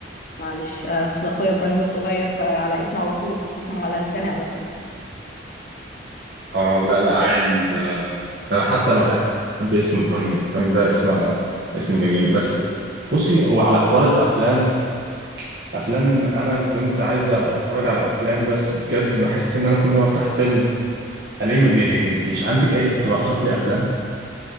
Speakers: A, on the left; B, on the right.
A: معلش آه، اصل اخويا ابراهيم الصغير فعلى اسمه على طول اسمه على لساني على طول
B: اه لا لا عادي ده ده انا حتى انا بحب اسم ابراهيم فاهم ده اسم انا اسم جميل بس بصي هو على حوار الافلام افلام انا كنت عايز اتفرج على افلام بس بجد بحس ان انا كل ما افتح فيلم الاقيه ما بيعجبنيش عندك اي اقتراحات لافلام